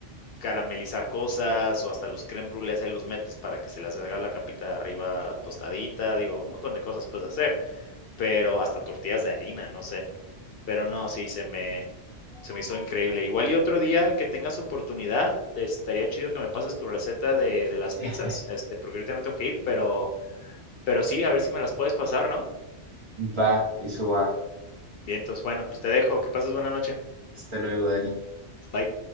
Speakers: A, on the left; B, on the right.
A: caramelizar cosas o hasta los crème brûlés ahí los metes para que se les haga la capita de arriba tostadita, digo, un montón de cosas puedes hacer, pero hasta tortillas de harina, no sé, pero no, sí, se me, se me hizo increíble. Igual y otro día que tengas oportunidad, estaría chido que me pases tu receta de, de las pizzas,
B: <laughs>
A: este, porque ahorita me tengo que ir, pero, pero sí, a ver si me las puedes pasar, ¿no?
B: Va, eso va.
A: Bien, entonces, bueno, pues te dejo, que pases buena noche,
B: Hasta luego, Dali.
A: bye.